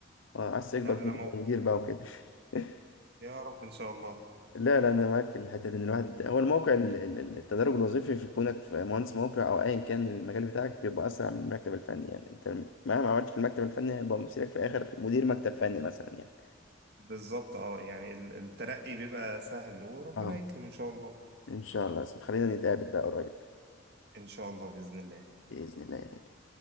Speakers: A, on the left; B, on the right.
A: اه عايز تكبر
B: لا
A: بقى
B: لا
A: تبقى
B: موقع
A: مدير بقى وكده <laughs>
B: يا رب ان شاء الله
A: لا لا انا معاك في الحته دي ان الواحد هو الموقع ال- ال- ال- التدرج الوظيفي في كونك في مهندس موقع او ايا كان المجال بتاعك بيبقى اسرع من المكتب الفني يعني انت مهما عملت في المكتب الفني هيبقى مصيرك في الاخر مدير مكتب فني مثلا يعني
B: بالظبط اه يعني ال- الترقي بيبقى سهل وربنا
A: اه
B: يكرم ان شاء الله
A: ان شاء الله يا صاحبي. خلينا نتقابل بقى قريب
B: ان شاء الله باذن الله
A: باذن الله يا غالي